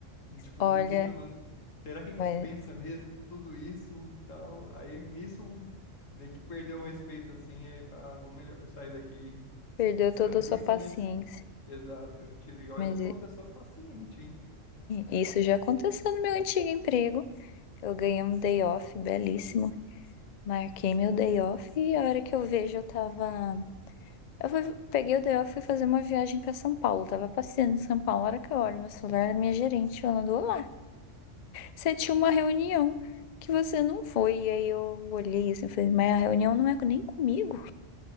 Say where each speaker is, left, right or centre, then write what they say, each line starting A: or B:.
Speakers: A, on the left; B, on the left.
A: tipo,
B: olha,
A: me questionando, será que compensa
B: vai-
A: mesmo tudo isso e tal? Aí, nisso, meio que perdeu o respeito, assim, aí fala, "Ah, vou melhor sair daqui
B: perdeu toda
A: tranquilo,
B: a sua paciência.
A: né? Exato. Tiro- E olha
B: Mas
A: que eu sou
B: i-
A: uma pessoa paciente, hein?
B: isso já aconteceu no meu antigo emprego. Eu ganhei um day off belíssimo. Marquei meu day off e a hora que eu vejo eu tava. Eu fui, peguei o day off e fui fazer uma viagem pra São Paulo. Tava passeando em São Paulo. A hora que eu olho meu celular,
A: Uhum.
B: era minha gerente falando: Olá, você tinha uma reunião que você não foi. E aí eu olhei assim e falei: Mas a reunião não é nem comigo.